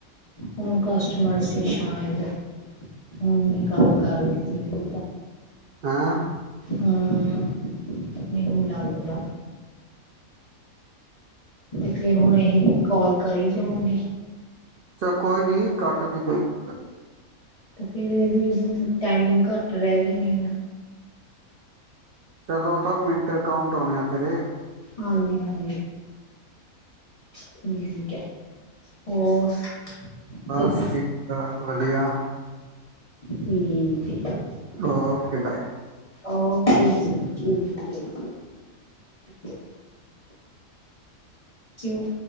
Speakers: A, on the left; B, on the right.
A: ਹੁਣ ਕਸਟਮਰ ਸੀ। ਸ਼ਾਇਦ ਹੁਣ ਗੱਲ ਕਰ ਰਹੀ ਸੀ
B: ਹਾਂ
A: ਹੂੰ, ਮੈਂਨੂੰ ਲੱਗਦਾ। ਤੇ ਫੇਰ ਹੁਣ ਇਹ ਕਾਲ ਕਰੀ ਜਾਊਗੀ।
B: ਚਲ ਕੋਈ ਨੀ। ਕੱਟਦੀ ਕੋਈ ਚਕਰ ਨੀ।
A: ਫਿਰ ਇਹ ਵੀ ਹੁਣ ਟਾਈਮਿੰਗ ਘੱਟ ਰਹਿ ਜਾਣੀ ਆ।
B: ਚਲੋ ਓ। ਤਾਂ ਮਿੰਟ ਅਕਾਊਂਟ ਹੋਣਿਆ ਤੇਰੇ।
A: ਹਾਂਜੀ -ਹਾਂਜੀ ਠੀਕ ਹੈ। ਹੋਰ
B: ਬੱਸ
A: ਕਿੱਦਾਂ
B: ਠੀਕ -ਠਾਕ ਵਧੀਆ।
A: ਠੀਕ ਏ।
B: ਓ ਕੇ ਬਾਏ।
A: ਓ ਕੇ ਜੀ। ਠੀਕ ਹੈ ਜੀ। ਕਿਉਂ